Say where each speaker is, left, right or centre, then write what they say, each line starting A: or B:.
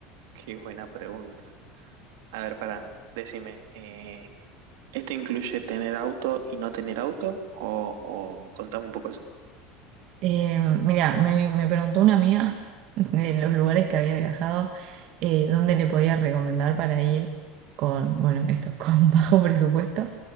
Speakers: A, on the right (about 75°); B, on the right (about 40°).
A: qué buena pregunta. A ver, pará, decime, eh, ¿esto incluye tener auto y no tener auto? O, o contame un poco eso.
B: Eh, mira, me, me preguntó una amiga <laughs> de los lugares que había viajado, eh, dónde le podía recomendar para ir con, bueno, esto, <laughs> con bajo presupuesto.